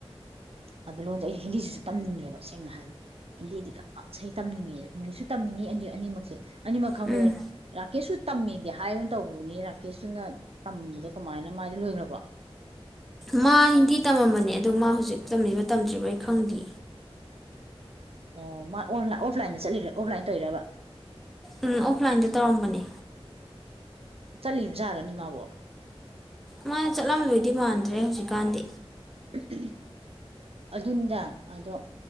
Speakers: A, on the right; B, in the centre.
A: ꯑꯗꯨ ꯂꯣꯟꯁꯦ ꯑꯩꯁꯨ ꯍꯤꯟꯗꯤꯁꯤꯁꯨ ꯇꯝꯅꯤꯡꯉꯦꯕ ꯁꯦꯡꯅ ꯍꯥꯏꯔꯕꯗ ꯍꯤꯟꯗꯤꯗꯤ ꯀ ꯏꯁꯩ ꯇꯝꯅꯤꯡꯉꯦꯕ ꯏꯪꯂꯤꯁꯁꯨ ꯇꯝꯅꯤꯡꯉꯦ ꯑꯅꯤꯃꯛꯁꯦ ꯑꯅꯤꯃꯛ ꯈꯪꯕꯗ
B: ꯎꯝ
A: ꯔꯥꯀꯦꯁꯁꯨ ꯇꯝꯃꯤꯗꯤ ꯍꯥꯏꯅ ꯇꯧꯕꯅꯤ ꯔꯥꯀꯦꯁꯇꯨꯅ ꯇꯝꯕꯗ ꯀꯃꯥꯏꯅ ꯃꯥꯗꯤ ꯂꯣꯏꯈ꯭ꯔꯕ
B: ꯃꯥ ꯍꯤꯟꯗꯤ ꯇꯝꯃꯝꯕꯅꯦ ꯑꯗꯣ ꯃꯥ ꯍꯧꯖꯤꯛ ꯇꯝꯂꯤꯕ ꯇꯝꯗ꯭ꯔꯤꯕꯩ ꯈꯪꯗꯦ
A: ꯑꯣ ꯃꯥ ꯑꯣꯐꯂꯥꯏꯟꯗ ꯆꯠꯂꯤꯔ ꯑꯣꯐꯂꯥꯏꯟ ꯇꯧꯔꯕ
B: ꯎꯝ ꯑꯣꯐꯂꯥꯏꯟꯗ ꯇꯧꯔꯝꯕꯅꯦ
A: ꯆꯠꯂꯤꯕꯖꯥꯔꯅꯤ ꯃꯥꯕꯣ
B: ꯃꯥ ꯆꯠꯂꯝꯗꯣꯏꯗꯤ ꯃꯥꯟꯗ꯭ꯔꯦ ꯍꯧꯖꯤꯛꯀꯥꯟꯗꯤ
A: ꯍ ꯑꯗꯨꯅꯤꯗ ꯑꯗꯣ